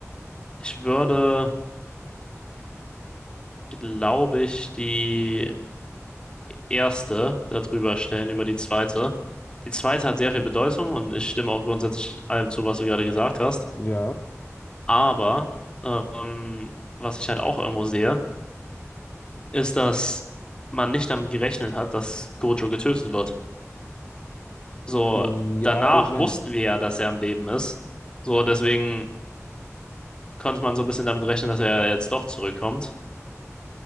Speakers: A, on the left; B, on the left.
A: Ich würde, glaube ich, die erste darüber stellen, über die zweite. Die zweite hat sehr viel Bedeutung und ich stimme auch grundsätzlich allem zu, was du gerade gesagt hast.
B: ja.
A: Aber ähm, was ich halt auch irgendwo sehe, ist, dass man nicht damit gerechnet hat, dass Gojo getötet wird. So,
B: Ja,
A: danach
B: ich meine,
A: wussten wir ja, dass er am Leben ist. So, deswegen konnte man so ein bisschen damit rechnen, dass er jetzt doch zurückkommt.